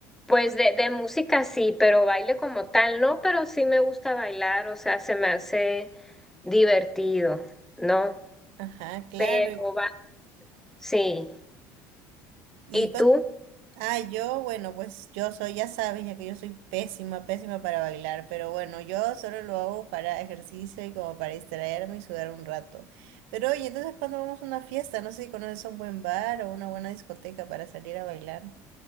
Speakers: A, in the centre; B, on the right.
A: Pues de, de música sí, pero baile como tal, no, pero sí me gusta bailar, o sea, se me hace divertido, ¿no?
B: Ajá, claro.
A: Pero va, sí.
B: Y
A: ¿Y
B: cuando...
A: tú?
B: Ah, yo, bueno, pues yo soy, ya sabes, ya que yo soy pésima, pésima para bailar, pero bueno, yo solo lo hago para ejercicio y como para distraerme y sudar un rato. Pero oye, entonces cuando vamos a una fiesta, no sé si conoces un buen bar o una buena discoteca para salir a bailar.